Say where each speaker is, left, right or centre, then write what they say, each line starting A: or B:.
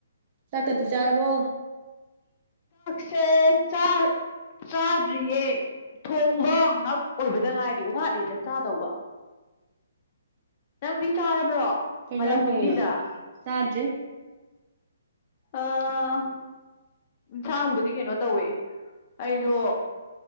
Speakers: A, on the right (about 30°); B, on the left (about 35°).
A: ꯆꯥꯛ ꯀꯇꯤ ꯆꯥꯔꯔꯕꯣ
B: ꯆꯦ ꯆꯥꯛ ꯆꯥꯗ꯭ꯔꯤꯌꯦ ꯊꯣꯡꯕ ꯉꯥꯏꯍꯥꯛ ꯑꯣꯏꯕꯗ ꯉꯥꯏꯔꯤ ꯋꯥ ꯋꯥꯠꯂꯤꯅ ꯆꯥꯗꯧꯕ
A: <inaudible>
B: ꯅꯪꯗꯤ ꯆꯥꯔꯕ꯭ꯔꯣ
A: ꯀꯩꯖꯥꯡ
B: ꯉꯜꯂꯝꯈꯤꯅꯤꯗ
A: ꯊꯣꯡꯉꯤꯅꯣ ꯆꯥꯗꯔꯤ
B: ꯑꯥ ꯏꯟꯖꯥꯡꯕꯨꯗꯤ ꯀꯩꯅꯣ ꯇꯧꯋꯦ ꯑꯩꯗꯣ